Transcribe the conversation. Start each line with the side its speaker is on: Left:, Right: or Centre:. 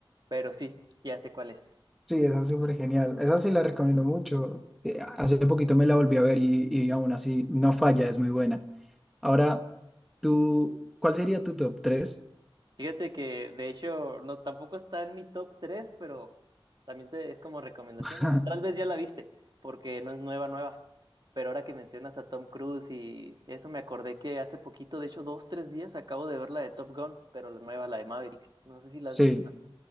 Right: pero sí, ya sé cuál es.
Centre: Sí, esa es súper genial. Esa sí la recomiendo mucho. Eh, Hace poquito me la volví a ver y, y aún así no falla, es muy buena. Ahora, tú, ¿cuál sería tu top tres
Right: Fíjate que de hecho no tampoco está en mi top 3, pero también te, es como recomendación.
Centre: <laughs>
Right: Tal vez ya la viste, porque no es nueva, nueva. Pero ahora que mencionas a Tom Cruise y eso me acordé que hace poquito, de hecho dos, tres días, acabo de ver la de Top Gun, pero la nueva, la de Maverick. No sé si la
Centre: Sí,
Right: has visto.